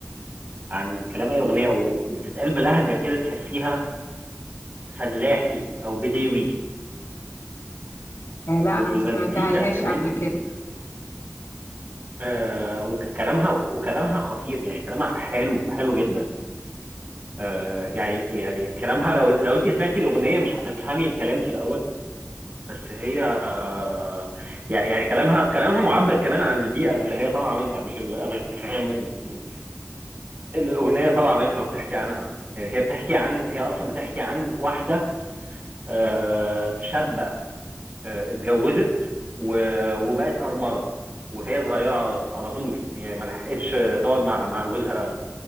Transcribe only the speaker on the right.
عن كلام أي أغنية و- وبتتقال بلهجة كده تحسيها فلاحي او بديوي
والمزيكا
كمان
آه وكلامها وكلامها خطير يعني كلامها حلو حلو جدا آه يعني يعني كلامها لو لو انت سمعتي الاغنيه مش هتفهمي الكلام في الاول بس هي آه يعني يعني كلامها كلامها معبر كمان عن البيئه اللي هي طالعه منها مش الانغام اللي اللي الاغنيه طالعه منها وبتحكي عنها يعني هي بتحكي عن هي اصلا بتحكي عن واحده آه، شابه آه، اتجوزت و- وبقت أرملة وهي صغيرة على ط- على طول يعني ما لحقتش آه، تقعد مع مع جوزها